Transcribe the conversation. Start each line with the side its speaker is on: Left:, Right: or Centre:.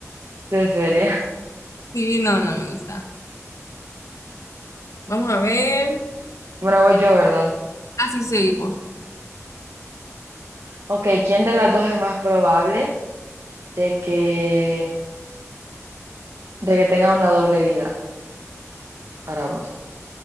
Right: Sí, sería. <laughs>
Left: Sí, no, no me gusta. Vamos a ver.
Right: Bueno, voy yo, ¿verdad?
Left: Así seguimos.
Right: Ok, ¿quién de las dos es más probable de que, de que tenga una doble vida para vos?